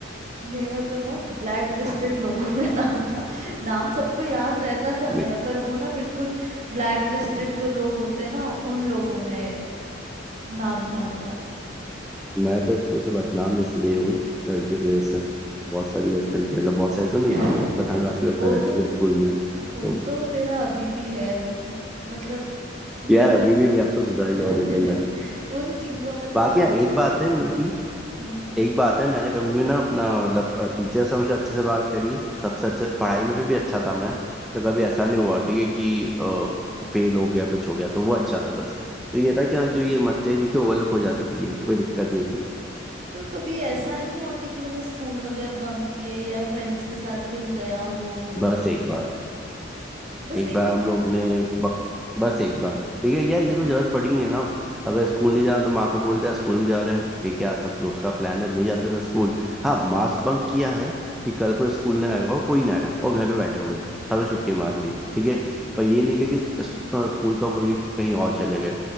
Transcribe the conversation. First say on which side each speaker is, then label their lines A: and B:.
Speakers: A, on the right; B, in the centre.
A: मेरा तो ना ब्लैक लिस्टेड लोगों में <laughs> नाम था नाम सबको याद रहता था मेरा
B: मैं
A: पर वो ना बिल्कुल ब्लैक लिस्टेड जो लोग होते हैं ना उन लोगों में नाम था मेरा
B: मैं तो स्कूल से बदनाम इसलिए हूँ लड़कियों की वजह से बहुत सारी गर्लफ्रेंड मतलब बहुत सारी तो
A: <laughs>
B: नहीं थी बट हाँ काफी गर्लफ्रेंड
A: वो तो
B: रह चुकी है स्कूल में तो
A: वो तो तेरा अभी भी है वो तो मतलब तू
B: यार अभी भी नहीं अब तो सुधर गया
A: <laughs>
B: हूँ, देखो मैं
A: उन चीजों में तो
B: बाकी
A: मैं
B: हाँ, एक बात है नियति
A: हम्म हम्म।
B: एक बात है मैंने कभी भी ना अपना मतलब टीचर से हमेशा अच्छे से बात करी सबसे अच्छे पढ़ाई में फिर भी अच्छा था मैं तो कभी ऐसा नहीं हुआ ठीक है कि फेल हो गया कुछ हो गया तो वो अच्छा था बस तो ये था कि हाँ जो ये मस्ती थी तो ओवरलुक हो जाती थी ये कोई दिक्कत नहीं थी
A: तो कभी ऐसा नहीं हुआ कि तूने स्कूल वगैरह बंक किए या फ्रेंड्स के साथ कहीं गया हो
B: बस एक बात
A: बस
B: एक बार
A: एक
B: हम
A: ही
B: लोग ने ब, बस एक बार ठीक है यार इसे
A: बार
B: कोई जरूरत पड़ी नहीं है ना अगर स्कूल नहीं जाना तो माँ को बोलते हैं स्कूल नहीं जा रहे हैं ठीक है आज सब दोस्त का प्लान है नहीं जाते थे स्कूल हाँ मास बंक किया है कि कल को स्कूल नहीं आएगा और कोई नहीं आया और घर पे बैठे हुए हैं। सबने छुट्टी मार ली ठीक है पर ये नहीं किया कि स- अ, स्कूल का बोल के कहीं और चले गए